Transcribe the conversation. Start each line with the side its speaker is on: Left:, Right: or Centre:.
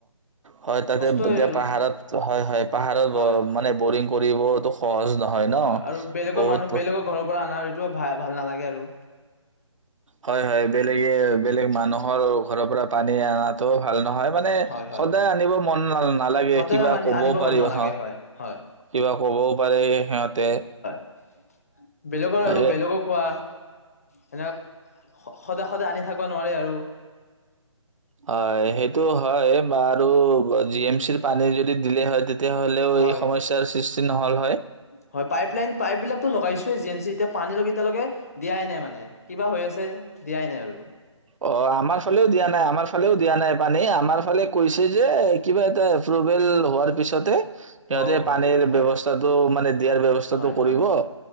Right: হয় তাতে
Left: কষ্টই
Right: এতিয়া
Left: আৰু
Right: পাহাৰত হয় হয় পাহাৰত
Left: হয়
Right: মানে বৰিং কৰিবতটো সহজ নহয় ন।
Left: হয় আৰু বেলেগৰ
Right: বহুত
Left: মানুহ বেলেগৰ ঘৰৰ পৰা অনা ঋটো ভাল ভাল নালাগে আৰু
Right: হয় হয় বেলেগে বেলেগ মানুহৰ ঘৰৰ পৰা পানী অনাতো ভাল নহয়। মানে
Left: হয় হয়
Right: সদায় আনিব মন নাল নালাগে
Left: সদায়
Right: কিবা
Left: মানি
Right: ক'বও
Left: আনিব মন
Right: পাৰি
Left: নালাগে
Right: হহ
Left: হয় হয়
Right: কিবা ক'বও পাৰেি সিহঁতে
Left: <inaudible> বেলেগৰ আৰু
Right: এ
Left: বেলেগক কোৱা সেনেকৈ সদায় সদায় আনি থাকিব নোৱাৰে আৰু
Right: হয় সেইটো হয় আৰু জি এম চিৰ পানী যদি দিলে হয় তেতিয়াহ'লেও
Left: হয়
Right: এই সমস্যাৰ সৃষ্টি নহল হয়
Left: হয় পাইপ লাইন পাইপ বিলাকো লগাইছোে জি এম চি এতিয়া পানী লগ এতিয়ালৈকে দিয়াই নাই মানে কিবা হৈ আছে দিয়াই নাই আৰু
Right: অঁ আমাৰ ফালেও দিয়া নাই আমাৰ ফালেও দিয়া নাই পানী আমাৰ ফালে কৈছে যে কিবা এটা এপ্ৰোভেল হোৱাৰ পিছতে সিহঁতে
Left: অ হয়
Right: পানীৰ
Left: হয় হয়
Right: ব্যৱস্থাৰ মানে দিয়াৰ ব্যৱস্থাটোৰ
Left: হয়
Right: কৰিব
Left: হয়
Right: আঁহ